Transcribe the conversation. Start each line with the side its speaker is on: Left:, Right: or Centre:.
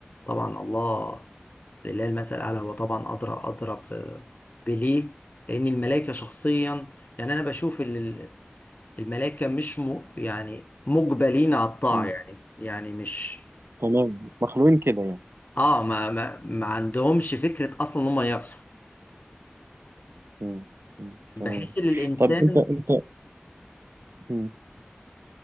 Left: طبعا الله لله المثل الاعلى هو طبعا ادرى ادرى ب- بليه لان الملائكه شخصيا يعني انا بشوف ال- ال- الملائكه مش م يعني مجبلين على الطاعه
Right: مم.
Left: يعني يعني مش
Right: تمام مخلوقين كده يعني
Left: اه ما ما, ما عندهمش فكره اصلا ان هم يعصوا
Right: مم. مم.
Left: بحس
Right: تمام
Left: ان الانسان
Right: طب انت انت مم.